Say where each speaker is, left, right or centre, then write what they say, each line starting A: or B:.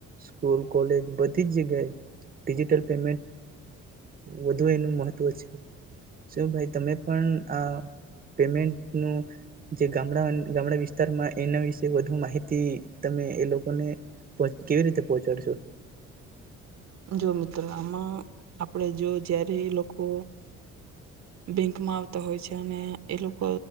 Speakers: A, on the right; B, on the right.
A: સ્કૂલ, કોલેજ બધી જ જગ્યાએ ડીજીટલ પેમેન્ટ વધુ એનું મહત્વ છે, શું ભાઈ તમે પણ આ પેમેન્ટનું જે ગામડા વિસ્તારમાં એના વિશે વધુ માહિતી તમે એ લોકોને કેવી રીતે પહોંચાડ શું?
B: જો મિત્ર, આમાં આપડે જો જ્યારે એ લોકો બેંકમાં આવતા હોય છે અને એ લોકો